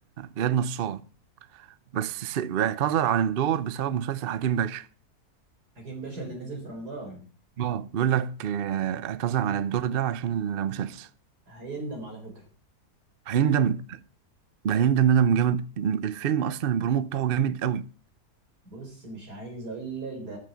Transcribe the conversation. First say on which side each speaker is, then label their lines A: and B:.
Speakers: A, on the right; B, on the right.
A: إياد نصار بس س- اعتذر عن الدور بسبب مسلسل حكيم باشا
B: حكيم باشا اللي نزل في رمضان
A: اه بيقول لك آه، اعتذر عن الدور ده عشان المسلسل
B: هيندم على فكره
A: هيندم ده هيندم ندم جامد الفيلم أصلا البرومو بتاعه جامد قوي
B: بص مش عايز اقول لك ده